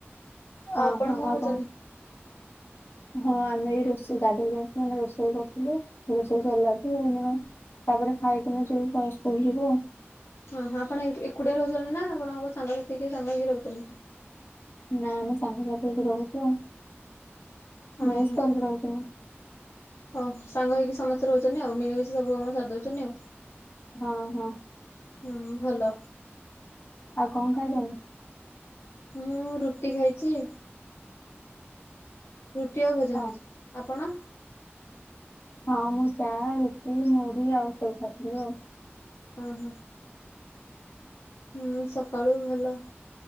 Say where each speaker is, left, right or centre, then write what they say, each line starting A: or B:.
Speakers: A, on the left; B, on the left.
A: ଓହୋ
B: ଆ ଆପଣ କଁ
A: ଆଉ
B: କରୁଚନି?
A: କଣ ହଁ ଆମେ ଏଇ ରୋଷେଇ ଗାଧେଇକି ଆସିକି ରୋଷେଇ କସଥିଲୁ ରୋଷେଇ ସରିଲାଠୁ ଏନା ତାପରେ ଖାଇକିନା ଯିବୁ <unintelligible> ସ୍କୁଲ ଯିବୁ ଆଉ।
B: ହଁ ହଁ ଆପଣ ଏଠୁ ଏକୁଟିଆ ରହୁଚନ୍ତି ନା ଆପଣଙ୍କ ସାଙ୍ଗସାଥି କିଏ ସାଙ୍ଗ ହେଇକି ରହୁଚନ୍ତି <unintelligible>
A: ନା ଆମେ ସାଙ୍ଗ ସାଥି ହେଇକି ରହୁଚୁ ଆଉ। ମେସ୍
B: ଅଁ ହ।
A: କରିକି ରହୁଛୁ ନା।
B: ଓଃ ସାଙ୍ଗ ହେଇକି ସମସ୍ତେ ରହୁଚନି ଆଉ ମିଳିମିଶି ସବୁ କାମ ସାରି ଦଉଚନ୍ତି ଆଉ।
A: ହଁ ହଁ।
B: ହୁଁ ଭଲ।
A: ଆଉ କଁ ଖାଇଚନି?
B: ମୁଁ ରୁଟି ଖାଇଚି। ରୁଟି ଆଉ ଭଜା
A: ହଁ
B: ଖାଇଚି ଆପଣ?
A: ହଁ ମୁଁ ଚାଆ, ରୁଟି, ମୁଢି ଆଉ ସେଉ ଖାଇଥିଲି ଆଉ।
B: ଅଁ ହଁ। ହୁଁ ସକାଳୁ ଭଲ।